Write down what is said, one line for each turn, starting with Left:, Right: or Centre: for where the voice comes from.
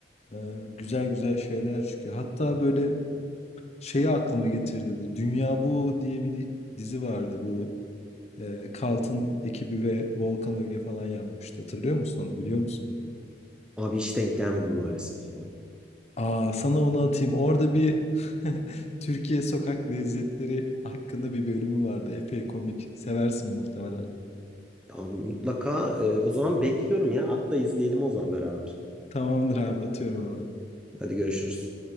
Left: e, güzel güzel şeyler çıkıyor. Hatta böyle şeyi aklıma getirdi bu. Dünya Bu diye bir di- dizi vardı bu. E, Cult'ın ekibi ve Volkan Öge falan yapmıştı. Hatırlıyor musun onu? Biliyor musun?
Centre: Abi hiç denk gelmedim maalesef ya.
Left: Aa, sana onu atayım. Orada bir <laughs> Türkiye sokak lezzetleri hakkında bir bölümü vardı. Epey komik. Seversin muhtemelen.
Centre: Abi mutlaka e, o zaman bekliyorum ya. Hatta izleyelim o zaman beraber.
Left: Tamamdır abi atıyorum hemen.
Centre: Hadi görüşürüz.